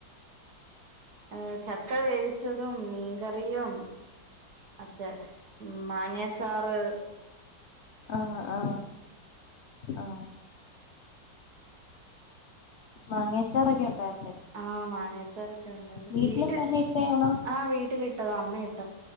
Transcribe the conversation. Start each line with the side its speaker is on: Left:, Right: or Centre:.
Right: ഏ ചക്ക വേവിച്ചതും മീൻകറിയും ഒക്കെ മാങ്ങിയച്ചാറ്
Left: ആ ആ ആ മാങ്ങേച്ചാറൊക്കെ ഉണ്ടായിരുന്നു
Right: ആ മാങ്ങച്ചാർ ഒക്കെ ഉണ്ടായ
Left: വീട്ടില്
Right: വീട്ടിൽ
Left: തന്നെ ഇട്ടയാണോ
Right: ആ വീട്ടിലിട്ടതാ അമ്മ ഇട്ട